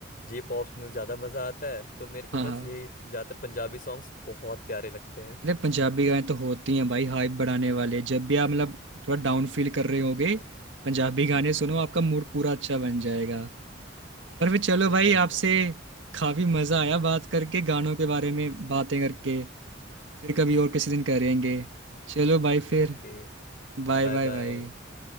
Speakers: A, on the left (about 50°); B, on the right (about 75°).
A: जे पॉप्स में ज़्यादा मज़ा आता है तो मेरे को
B: हाँ
A: बस
B: हाँ
A: यही ज़्यादातर पंजाबी सॉन्ग्स बहुत प्यारे लगते हैं
B: अरे पंजाबी गाने तो होती हैं भाई हाइप बढ़ाने वाले जब भी आप मतलब थोड़ा
A: हम्म
B: डाउन फील कर रहे होगे पंजाबी गाने
A: हम्म
B: सुनो आपका मूड पूरा अच्छा बन जाएगा पर
A: सही
B: फिर चलो भाई
A: बात
B: आपसे
A: है
B: काफी मजा आया बात करके गानों के बारे में बातें करके फिर
A: हम्म।
B: कभी और किसी दिन करेंगे चलो भाई फिर
A: ओके
B: बाय
A: Bye
B: बाय
A: bye
B: भाई